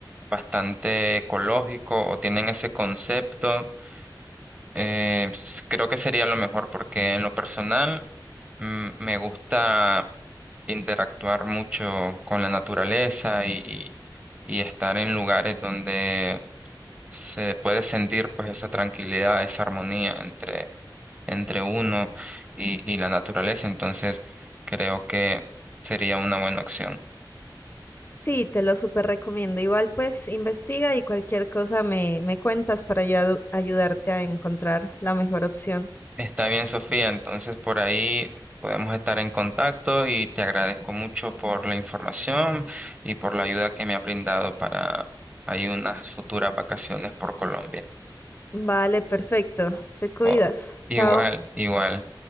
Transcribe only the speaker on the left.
sí, te lo súper recomiendo. Igual, pues investiga y cualquier cosa me, me cuentas para yo adu- ayudarte a encontrar la mejor opción.
Vale, perfecto. Te cuidas.
Chao.